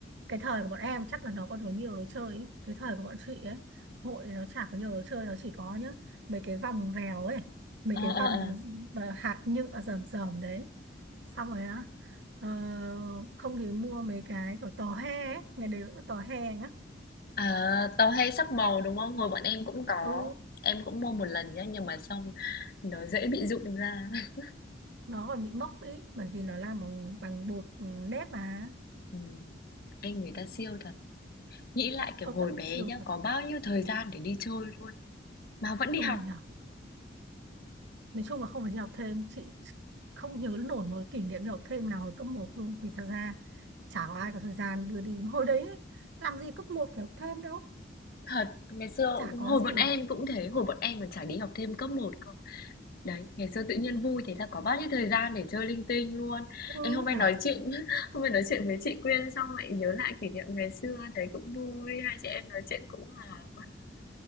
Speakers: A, on the right; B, on the left.
A: cái thời của bọn em chắc là nó còn có nhiều đồ chơi ý. Cái thời của bọn chị ấy, hội nó chả có nhiều đồ chơi, nó chỉ có nhá, mấy cái vòng vèo ấy, mấy
B: ờ
A: cái vòng
B: ờ ờ
A: mà hạt nhựa rờm rờm đấy. Xong rồi á, ờ, không thì mua mấy cái kiểu tò he ấy, ngày đấy vẫn có tò he nhá.
B: À, tàu hay sắc màu, đúng không? Hồi bọn em cũng có,
A: Ừ,
B: em cũng mua một lần nhá, nhưng mà xong nó dễ bị rụng ra. <laughs>
A: nó còn bị mốc ý, bởi vì nó làm bằng bằng bột ừ, nếp mà,
B: Ừm, anh người ta siêu thật. Nghĩ lại kiểu
A: công
B: hồi
A: nhận
B: bé
A: siêu
B: nhá,
A: thật.
B: có bao nhiêu thời gian để đi chơi luôn mà vẫn đi
A: Ừ
B: học.
A: nhỉ. nói chung là không phải đi học thêm chị không nhớ nổi một kỷ niệm đi học thêm nào hồi cấp một luôn vì thật ra chả có ai có thời gian đưa đi mà hồi đấy ấy, làm gì cấp một phải học thêm đâu
B: Thật, ngày xưa
A: chả có
B: hồi
A: cái gì
B: bọn em cũng thế, hồi bọn em còn chả đi học thêm cấp một cơ. Đấy, ngày xưa tự nhiên vui thế là có bao nhiêu thời gian để chơi linh tinh luôn.
A: ừ
B: Em hôm nay
A: nhở
B: nói chuyện <laughs> hôm nay nói chuyện với chị Quyên xong lại nhớ lại kỷ niệm ngày xưa thấy cũng vui, hai chị em nói chuyện cũng hòa